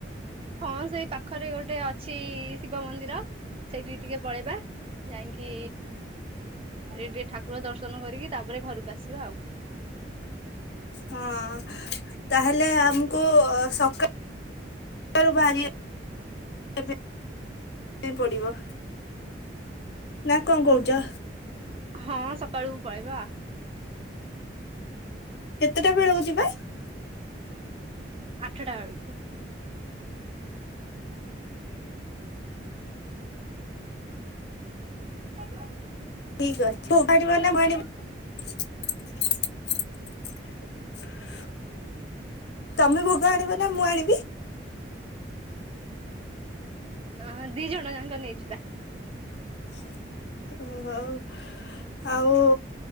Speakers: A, on the right; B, on the left.
A: ହଁ ସେଇ ପାଖରେ ଗୋଟେ ଅଛି ଶିବ ମନ୍ଦିର ସେଇଠିକି ଟିକେ ପଳେଇବା। ଯାଇକି, ଏ ଟିକେ ଠାକୁର ଦର୍ଶନ କରିକି ତାପରେ ଘରକୁ ଆସିବା ଆଉ।
B: ହଁ ତାହେଲେ ଆମକୁ ସକା ସକା ଲୁ <unintelligible> ପଡିବ ନା କଣ କହୁଛ?
A: ହଁ ସକାଳୁକୁ ପଳେଇବା।
B: କେତେଟା ବେଳକୁ ଯିବା?
A: ଆଠଡଟା ବେଳକୁ। ହାଲୋ
B: ଠିକ ଅଛିାଣିିବ ନା ଭଣି <unintelligible> ତମେ ଭୋଗ ଆଣିବ ନା ମୁଁ ଆଣିବି?
A: ଅହଁ ଦି ଜଣ ଯାଙ୍କ ନେଇଯିବା।
B: ହଉ ଆଉ